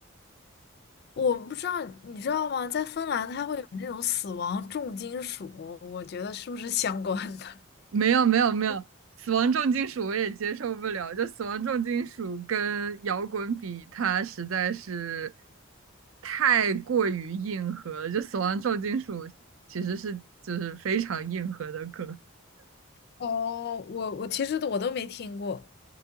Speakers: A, on the left; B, on the right.
A: 我不知道你知道吗？在芬兰，它会有那种死亡重金属，我觉得是不是相关的？
B: 没有没有没有，死亡重金属我也接受不了，就死亡重金属跟摇滚比，它实在是太过于硬核了。就死亡重金属其实是就是非常硬核的歌。
A: 哦，我我其实都我都没听过，